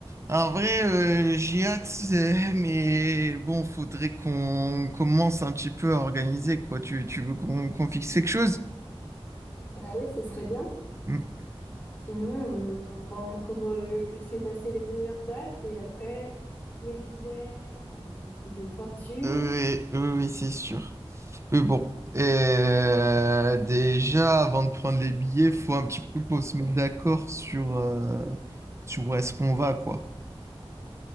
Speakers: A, on the right; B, on the left.
A: En vrai, euh, j'ai hâte, euh, <laughs> mais bon, faudrait qu'on commence un petit peu à organiser, quoi. Tu, tu veux qu'on qu'on fixe quelque chose?
B: bah oui, ce serait bien.
A: Mm.
B: Sinon, on va encore euh, laisser passer les meilleures dates et après, les billets, bah, ils vont coûter une fortune.
A: Euh, oui, oui, oui, c'est sûr. Mais bon, euh, déjà, avant de prendre les billets, faut un petit peu qu'on se mette d'accord sur, euh, sur où est-ce qu'on va, quoi.